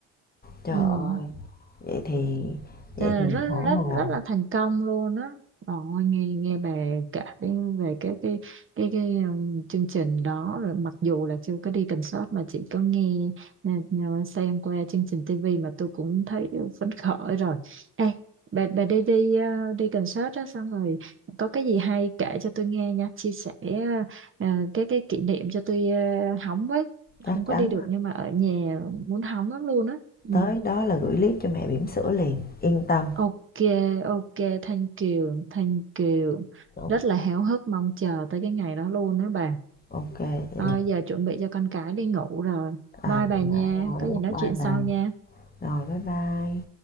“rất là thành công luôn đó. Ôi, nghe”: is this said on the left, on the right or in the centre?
Right